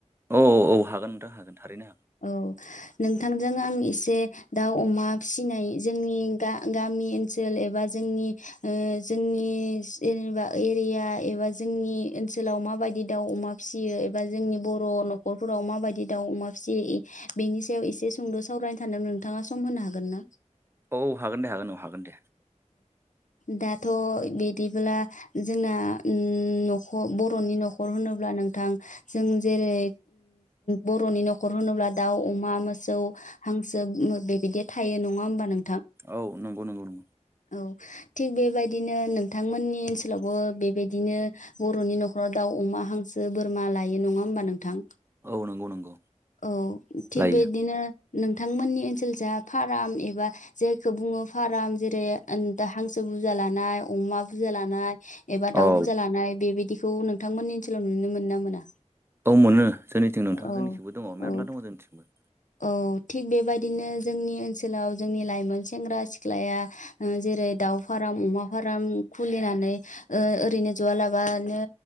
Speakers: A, on the right (about 20°); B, on the left (about 85°).
A: औ औ हागोन नोंथां हागोन थारैनो हागोन।
B: औ नोंथांजों आं एसे दाउ अमा फिसिनाय जोंनि गा गामि नि ओनसोल एबा जोंनि ओ जोंनि जेनेबा एरिया एबा जोंनि जोंनि ओनसोलाव माबायदि दाउ अमा फिसियो? एबा जोंनि बर' नखरफोराव माबायदि दाउ अमा फियो बेनि सायाव एसे सुंद' सावरायनानै सानदों नोंथाङा सम होनो हागोन ना?
A: औ हागोन दे हागोन औ हागोन दे।
B: दाथ' बिदिब्ला जोंना न'खर बर'नि न'खर‌ न'खर होनोब्ला नोंथां जों जेरै बर'नि न'खर होनोब्ला दाउ अमा। मोसौ हांसो बेबायदि थायो नङा होनबा नों
A: औ नंगौ नंगौ नंगौ।
B: औ थिग बेबायदिनो नोंथांमोननि ओनसोलावबो बेबायदिनो बर'नि न'खराव दाउ अमा हांसो बोरमा लायो नङा होमबा नोंथां?
A: औ नंगौ नंगौ
B: औ थिग
A: लायो
B: बिदिनो नोंथांमोननि ओनसोल जा फार्म एबा जायखौ बुङो फार्म जेर दा हांसो बुरजा लानाय अमा बुरजा लानाय एबा दाउ
A: औ
B: बुरजा लानाय बेबायदि बेखौ नोंथांमोननि ओनसोलाव नुनो मोनो ना मोना?
A: औ मोनो, जोंनिथिं नोंथाङा
B: औ
A: जोंनिथिंबो दङ' मेरला
B: औ
A: दङ' जोंनिथिंबो।
B: औ थिग बेबायदिनो जोंनि ओनसोलाव जोंनि लाइमोन सेंग्रा सिख्लाया ओ जेरै दाउ फार्म, अमा फार्म खुलिनानै ओ ओरैनो जआलाबानो